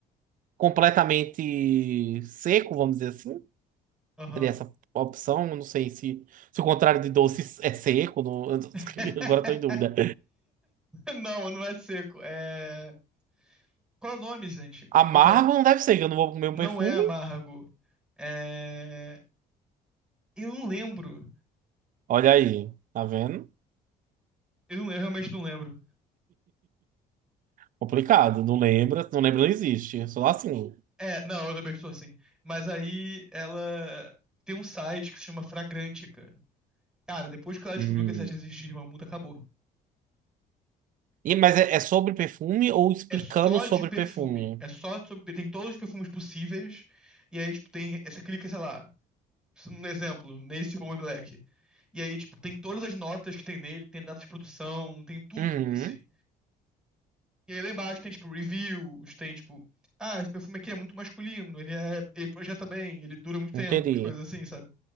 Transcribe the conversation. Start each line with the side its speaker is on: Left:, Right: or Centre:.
Right: completamente seco, vamos dizer assim.
Centre: Aham.
Right: Teria essa opção, eu não sei se, se o contrário de doce é seco, não- eu não- <laughs>
Centre: <laughs>
Right: agora eu tô em dúvida.
Centre: Não, não é seco, é... Qual é o nome, gente?
Right: Amargo
Centre: Contra...
Right: não deve ser, que eu não vou comer
Centre: Não
Right: um perfume.
Centre: é Amargo. É... Eu não lembro.
Right: Olha aí, tá vendo?
Centre: Eu, não- eu realmente não lembro.
Right: Complicado, não lembra, não lembra, não existe. Só assim.
Centre: É, não, eu também sou assim. Mas aí ela tem um site que se chama Fragrantica. Cara, depois que ela descobriu
Right: Hum.
Centre: que esse site existia, irmão, o mundo acabou.
Right: E, mas é, é sobre perfume ou explicando
Centre: É só
Right: sobre
Centre: de perfume.
Right: perfume?
Centre: É só sobre... Tem todos os perfumes possíveis. E aí, tipo, tem... Você clica, sei lá, um exemplo, nesse Bomba Black. E aí, tipo, tem todas as notas que tem nele, tem data de produção, tem tudo,
Right: Uhum,
Centre: assim. E aí lá embaixo tem, tipo, reviews, tem, tipo, ah, esse perfume aqui é muito masculino, ele é, ele projeta bem, ele dura muito tempo,
Right: entendi,
Centre: as coisas assim, sabe?